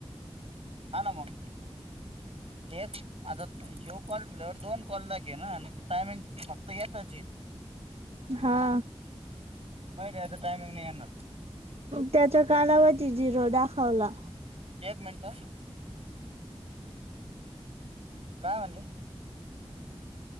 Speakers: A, on the right; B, on the right.
A: हा ना मग. येच आता ह्यो कॉल ठेल्यावर दोन कॉल लागेना टायमिंग फक्त येताच येईन
B: हा.
A: पहिले याचं टायमिंग नाही येणार
B: त्याचा कालावधी झिरो दाखवला.
A: एक मिनिट काय म्हणले.